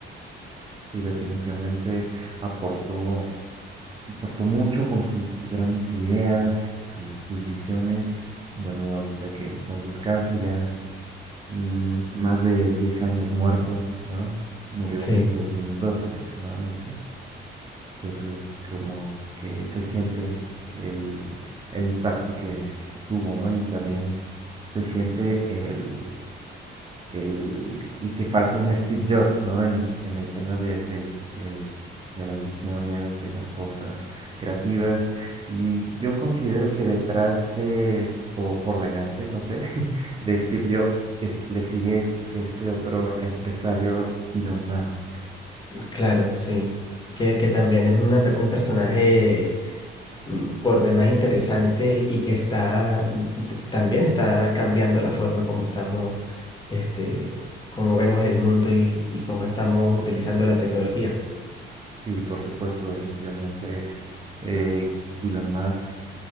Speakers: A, on the right; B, on the left.
A: sí, definitivamente aportó, aportó mucho con sus grandes ideas, sus, sus visiones. Bueno, ahorita que en paz descanse, ya mm, más de 10 años muerto, ¿no? Murió
B: Sí,
A: en el 2002 aproximadamente. Entonces, como que se siente el, el impacto que, que tuvo, ¿no? Y también se siente el, el, y que falta un Steve Jobs, ¿no? En, en el tema de, del- del- de las visiones, de las cosas creativas. Y yo considero que detrás de, o por delante, no sé, <laughs> de Steve Jobs es- le sigue es- este, otro empresario, Elon Musk.
B: claro, sí. Que,
A: Sí.
B: que también es una per- un personaje mm, por demás interesante y que está mm, t- también está cambiando la forma como estamos, este, como vemos el mundo y, y cómo estamos utilizando la tecnología.
A: Sí, por supuesto, definitivamente. Eh, Elon Musk,